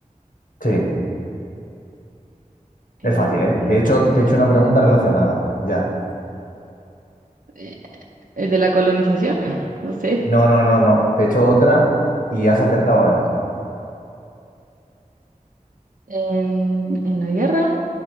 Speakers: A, on the left; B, on the right.
A: Sí,
B: Eh,
A: es fácil, ¿eh? De hecho, te he hecho una pregunta relacionada. Ya.
B: eh, el de la colonización, <laughs> no sé.
A: No, no, no, no. Te he hecho otra y has acertado además.
B: En, en la guerra.